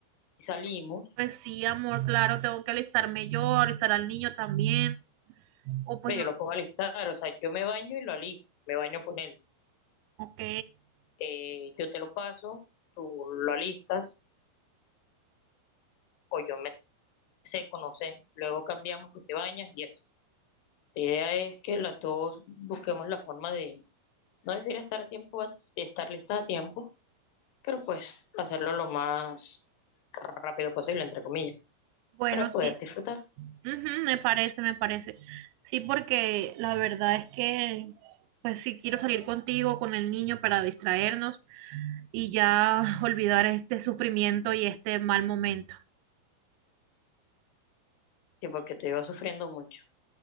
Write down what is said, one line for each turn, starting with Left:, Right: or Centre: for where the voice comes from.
Left: y salimos
Right: Pues sí, amor, claro, tengo que alistarme yo, alistar al niño también. O pues
Left: Pero
Right: no,
Left: yo lo puedo alistar, o sea, yo me baño y lo alisto, me baño con él.
Right: ok.
Left: Eh, yo te lo paso, tú lo alistas, o yo me seco, no sé. Luego cambiamos, tú te bañas y eso. La idea es que las dos busquemos la forma de, no decir estar a tiempo, de estar listas a tiempo, pero pues hacerlo lo más rápido posible, entre comillas,
Right: Bueno,
Left: para poder
Right: sí,
Left: disfrutar.
Right: Ujú, me parece, me parece. Sí, porque la verdad es que, pues sí quiero salir contigo, con el niño, para distraernos y ya <laughs> olvidar este sufrimiento y este mal momento.
Left: Sí, porque te iba sufriendo mucho.